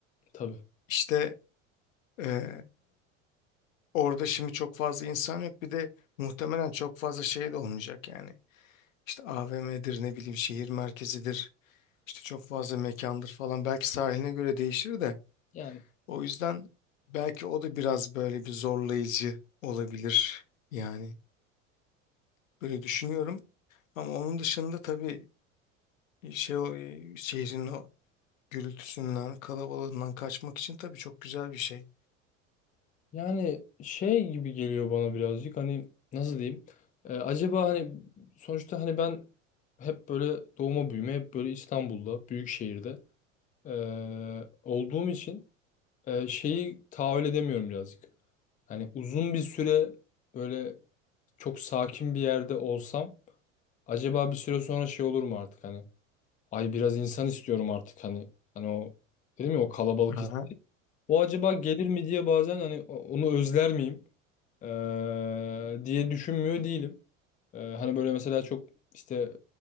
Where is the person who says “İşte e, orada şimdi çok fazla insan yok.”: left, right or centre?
Left